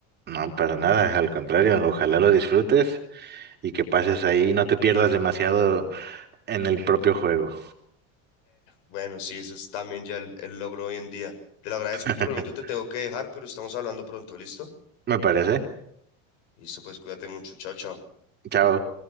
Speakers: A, on the right; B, on the left.
A: No, para nada, al contrario, ojalá lo disfrutes y que pases ahí y no te pierdas demasiado en el propio juego.
B: Bueno, sí, ese es también ya el, el logro hoy en día. Te lo agradezco
A: <laughs>
B: y por el momento te tengo que dejar, pero estamos hablando pronto, ¿listo?
A: Me parece.
B: Listo, pues cuídate mucho. Chao, chao.
A: Chao.